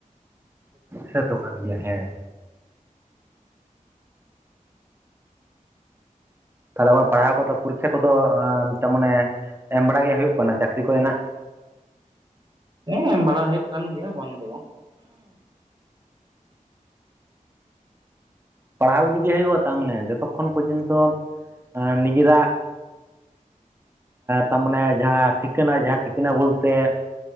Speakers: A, on the right; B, on the right.
A: ᱥᱮᱛᱚ ᱠᱟᱱ ᱜᱮᱭᱟ ᱦᱮᱸ, ᱛᱟᱦᱚᱞᱮ ᱜᱣᱟ ᱯᱟᱲᱦᱟᱣ ᱠᱚᱫᱚ ᱯᱚᱨᱤᱠᱷᱟ ᱠᱚᱫᱚ ᱛᱟᱢᱟᱱᱮ ᱮᱢ ᱵᱟᱲᱟ ᱜᱮ ᱦᱩᱭᱩᱜ ᱠᱟᱱᱟ ᱪᱟᱹᱠᱨᱤ ᱠᱚᱨᱮᱱᱟᱜ
B: ᱦᱮᱸ ᱵᱟᱲᱟ ᱦᱩᱭᱩᱜ ᱠᱟᱱ ᱜᱮᱭᱟ ᱵᱟᱝ ᱫᱚ ᱵᱟᱝ᱾
A: ᱯᱟᱲᱦᱟᱣ ᱤᱫᱤᱜᱮ ᱦᱩᱭᱩᱜᱼᱟ ᱛᱟᱢᱟᱱᱮ ᱡᱚᱛᱚᱠᱷᱚᱱ ᱯᱚᱡᱚᱱᱛᱚ ᱱᱤᱡᱮᱨᱟᱜ ᱛᱟᱢᱟᱱᱮ ᱡᱟᱦᱟᱸ ᱴᱷᱤᱠᱟᱹᱱᱟ ᱡᱟᱦᱟᱸ ᱴᱷᱤᱠᱟᱹᱱᱟ ᱵᱚᱞᱛᱮ <unintelligible>